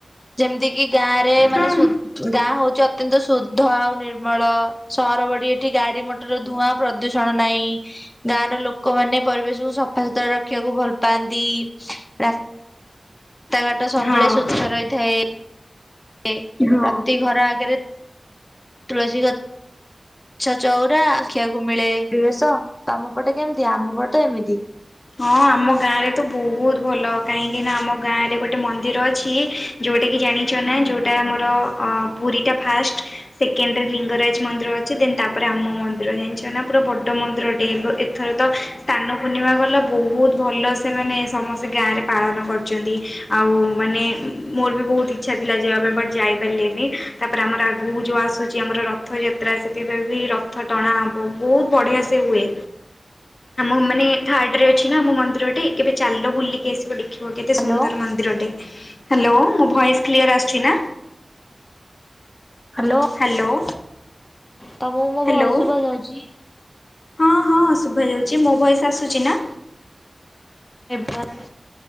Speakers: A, on the left; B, on the left.
A: ଯେମିତି କିି ଗାଁରେ ମାନେ
B: ହଁ
A: ସୁ ଗାଁ ହଉଚୁ ଅତ୍ୟନ୍ତ ଶୁଦ୍ଧ ଆଉ ନିର୍ମଳ। ସହର ବଡି ଏଠି ଗାଡି ମ ଟର ଧୂଆଁ ପ୍ରଦୂଷଣ ନାଇଁ। ଗାଁ ର ଲୋକମାନେ ପରିବେଶକୁୁ ସଫା ସୁତୁରା ରଖିବାକୁ ଭଲ ପାଆନ୍ତି। ରାସ ତାଘାଟ ସବେଳେ
B: ହଁ।
A: ସ୍ଵଚ୍ଛ ରହିଥାଏ। ପ୍ରତି ଘର ଆଗରେ ତୁଳସୀ ଗ ଛ ଚଉରା ଦେଖିଆକୁ ମିଳେ। ରିବେଶ ତୋମ ପଟେ କେମତି? ଆମ ପଟେ ଏମିତି।
B: ହଁ ଆମ ଗାଁରେ ତ ବହୁତ ଭଲ କାହିଁକି ନା ଆମ ଗାଁରେ ଗୋଟେ ମନ୍ଦିର ଅଛି। ଯୋଉଟାକି ଜାଣିଛ ନା ଯୋଉଟା ଆମର ଅଁ, ପୁରୀ ଟା ଫାଷ୍ଟ। ସେକେଣ୍ଡ ରେ ଲିଙ୍ଗରାଜ ମନ୍ଦିର ଅଛି ଦେନ୍ ତାପରେ ରାମ ମନ୍ଦିର ଜାଣିଛ ନା ପୁରା ବଡଡ ମନ୍ଦିର ଟେ। ଏବ ଏ ଥର ତ ସ୍ନାନ ପୂର୍ଣ୍ଣିମା ଗଲା ବହୁତ ଭଲ ସେ ମାନେ ସମସ୍ତେ ଗାଁରେ ପାଳନ କରିଛନ୍ତି। ଆଉ ମାନେ ଉଁ, ମୋର ବି ବହୁତ ଇଚ୍ଛା ଥିଲା ଯିବା ପାଇଁ ବଟ୍ ଯାଇପାରିଲିନି। ତା ପରେ ଆମର ଆଗକୁ ଯେଉଁ ଆସୁଚି ଆମର ରଥଯାତ୍ ତ୍ରା ସେଥିପାଇଁ ବି ରଥ ଟଣା ହବ ବହୁତ ବଢିଆ ସେ ହୁଏ। ଆମ ମାନେ ଥାର୍ଡ ରେ ଅଛି ନା ଆମ ମନ୍ଦିରଟେ କେବେ ଚାଲ ବୁଲିକି ଆସିବ। ଦେଖି ବ କେତେ
A: ହ୍ୟାଲୋ
B: ସୁନ୍ଦର ମନ୍ଦିରଟେ। ହ୍ୟାଲୋ, ମୋ ଭଏସ୍ କ୍ଲିୟର୍ ଆସୁଛି ନା?
A: ହାଲୋ।
B: ହ୍ୟାଲୋ।
A: ତୋମକୁ ମୋ
B: ହ୍ୟାଲୋ।
A: ଭଏସ୍ ଶୁଭା ଯାଉଚି?
B: ହଁ, ହଁ ଶୁଭା ଯାଉଛି। ମୋ ଭଏସ୍ ଆସୁଛି ନା?
A: ଏବେ ଆଇଲା।